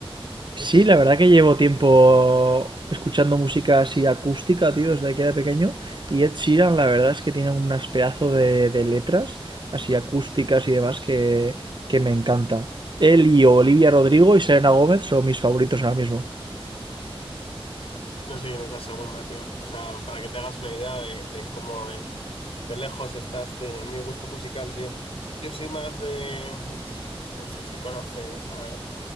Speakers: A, on the right (about 50°); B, on the left (about 70°).
A: Sí,
B: ese tío.
A: la verdad que llevo tiempo escuchando música así acústica, tío, desde que era pequeño. Y Ed Sheeran, la verdad es que tiene unas pedazo de, de letras así acústicas y demás que, que me encanta. Él y Olivia Rodrigo y Selena Gómez son mis favoritos ahora mismo.
B: No sé quién es la segunda, tío. O sea, para que te hagas una idea de, de cómo de, de lejos estás de mi gusto musical, tío. Yo soy más de... pf, No sé si conoces, a ver.